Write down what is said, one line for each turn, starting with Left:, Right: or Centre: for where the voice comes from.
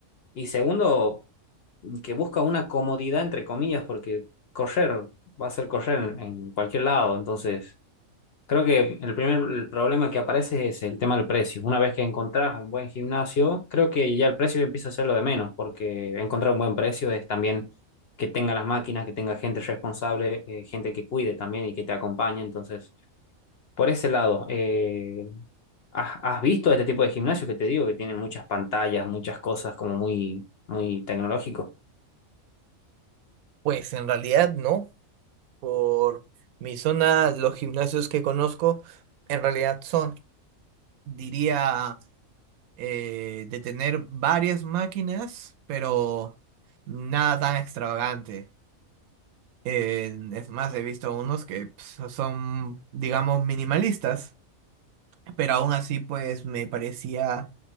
Left: Y segundo, que busca una comodidad, entre comillas, porque correr va a ser correr en, en cualquier lado. Entonces, creo que el primer el problema que aparece es ese, el tema del precio. Una vez que encontrás un buen gimnasio, creo que ya el precio empieza a ser lo de menos, porque encontrar un buen precio es también que tenga las máquinas, que tenga gente responsable, eh, gente que cuide también y que te acompañe. Entonces, por ese lado, eh, ¿has, has visto este tipo de gimnasios que te digo que tienen muchas pantallas, muchas cosas como muy, muy tecnológico?
Right: Pues en realidad no, por mi zona, los gimnasios que conozco en realidad son, diría, eh, de tener varias máquinas, pero nada tan extravagante. Eh, es más, he visto unos que pues, so, son, digamos, minimalistas, pero aún así, pues me parecía